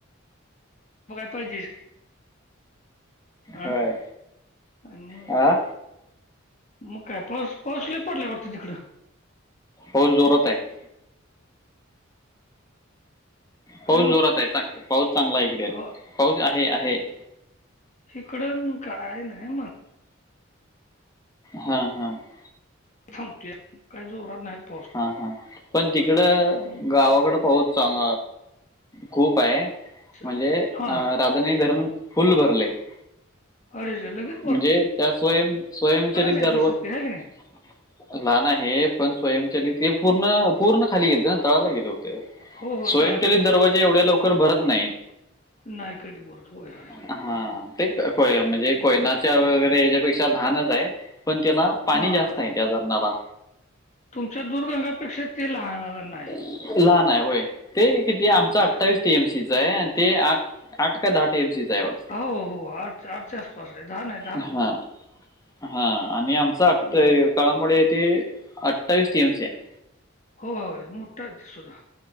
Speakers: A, on the left; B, on the left.
A: मग काय पहिजेस <unintelligible> हा
B: होय
A: अनम
B: हा
A: <unintelligible> मग काय पाऊस पाऊसला पडल्यावरटतें तिकडं <unintelligible>
B: हो जोरत आहे <unintelligible> पाऊस
A: हॅलो
B: जोरात आहे पाऊस चांगला इकडे
A: हो
B: पाऊस आहे आहे. <unintelligible>
A: इकड काय नाही मग <unintelligible>
B: हा हा <unintelligible>
A: थांबतेय काही जोरात नाही? <unintelligible>
B: हा हा पण तिकडं
A: हम्म.
B: गावाकडे पाऊच चांग खूप आहे?
A: चा-
B: म्हणजे राधानगरी
A: हा
B: धरण फुल भरलय. <unintelligible>
A: अरे लगे <unintelligible>
B: म्हणजे त्या स्वयं स्वयंचरित
A: आहे
B: दरव
A: तसं
B: <unintelligible>
A: ते आहे की नाही
B: लहान आहे पण स्वयंचलित पूर्ण पूर्ण खाली गेलत तळाला गेल होत.
A: हो हो
B: <unintelligible> स्वयंचलित
A: तळाला गेलो
B: दरवाजे
A: ते मग
B: एवढ्या
A: बरोबर
B: लवकर भरत नाहीत?
A: नाही कधी बोलत होय होय
B: <unintelligible> हा ते कोय म्हणजे कोयनाच्या.
A: बरं
B: <unintelligible> वगैरे याच्यापेक्षा लहानच आहे पण त्याला <unintelligible>
A: हा ह
B: आहे त्या धरणाला
A: तुमच्या दुरगंगापेक्षा ते लहान आहे <unintelligible>
B: लहान आहे होय ते किती आमचा
A: होय
B: अठ्ठावीस. <unintelligible> टी एम सी च आहे आणि ते आठ आठ का दहा टी एम सी च आहे वाढत. <unintelligible>
A: अहो हो आठ आठच्या आसपास आहे दहा नाहीत. <unintelligible>
B: हा हा आणि आमचा आठायु.
A: हं.
B: <unintelligible> कळामुडे ऐथे अठवीस टी एम सी आहे. <unintelligible>
A: हो हो मोठा आहे ते सुद्धा